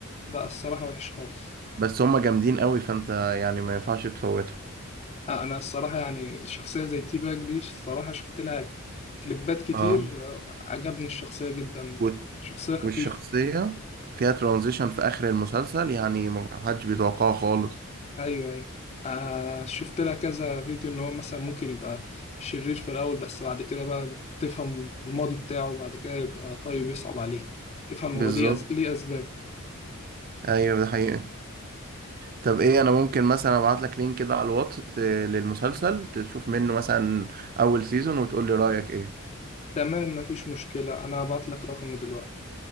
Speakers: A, on the left; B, on the right.
A: بقى الصراحة وحش خالص
B: بس هما جامدين قوي فانت يعني ما ينفعش تفوتهم
A: آه، انا الصراحه يعني شخصيه زي تي باك دي الصراحه شفت لها كليبات كتير
B: اه
A: آه، عجبني الشخصيه جدا
B: وال-
A: شخصيه خفيفه
B: والشخصية فيها ترانزيشن في آخر المسلسل يعني محدش بيتوقعه خالص
A: ايوه ايوه آه شفت لها كذا فيديو ان هو مثلا ممكن يبقى شرير في الاول بس بعد كده بقى تفهم الماضي بتاعه بعد كده يبقى طيب يصعب عليك تفهم
B: بالظبط
A: هو ليه أز... ليه اسباب
B: ايوه ده حقيقة طب ايه انا ممكن مثلا ابعت لك لينك كده على الواتس ت- للمسلسل تشوف منه مثلا اول سيزون وتقول لي رايك ايه
A: تمام مفيش مشكله انا هبعت لك رقمي دلوقتي